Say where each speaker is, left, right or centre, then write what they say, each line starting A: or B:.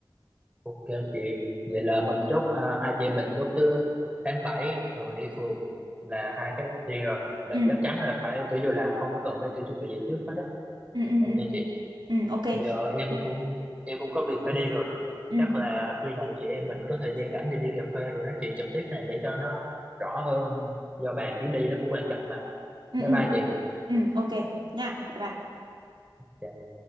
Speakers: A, on the right; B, on the right.
A: Ok chị, vậy là mình chốt à, hai chị em mình chốt thứ tháng 7 rồi đi phượt là hai cái đầu tiên rồi là
B: Ừ,
A: chắc chắn là phải kiểu như là không có cần phải tự chuẩn bị gì trước hết á.
B: ừ, ừ,
A: Ok
B: ừ,
A: chị,
B: ừ, ok.
A: giờ em
B: Ừ,
A: cũng em cũng có việc phải đi rồi.
B: ừ,
A: Chắc là khi nào chị em mình có thời gian rảnh thì đi cà phê rồi nói chuyện trực tiếp này để cho nó rõ hơn do bàn chuyến đi nó cũng quan trọng mà.
B: ừ,
A: Bye
B: ừ,
A: bye chị.
B: ừ, ok nha, bye bye.
A: Dạ.